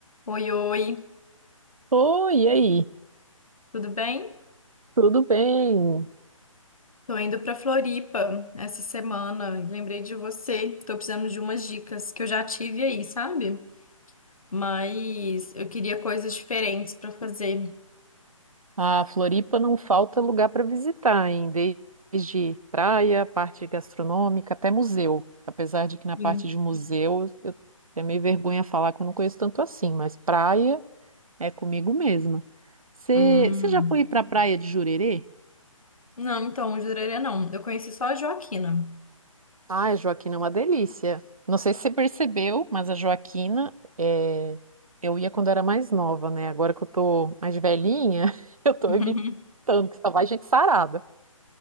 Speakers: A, on the left; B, on the right.
A: Oi, oi,
B: Oi, e aí?
A: tudo bem?
B: Tudo bem?
A: Tô indo pra Floripa essa semana. e Lembrei de você. Tô precisando de umas dicas que eu já tive aí, sabe? Mas eu queria coisas diferentes pra fazer.
B: A Floripa não falta lugar para visitar, hein? Desde praia, parte gastronômica, até museu. Apesar de que na
A: Sim.
B: parte de museu eu tenho meio vergonha de falar que eu não conheço tanto assim, mas praia é comigo mesma. Você
A: Hum.
B: já foi para a praia de Jurerê?
A: Não, então, Jurerê não. Eu conheci só a Joaquina.
B: Ai, a Joaquina é uma delícia. Não sei se você percebeu, mas a Joaquina, é, eu ia quando era mais nova, né? Agora que eu tô mais velhinha, <laughs> eu tô
A: <laughs>
B: evitando, que só vai gente sarada.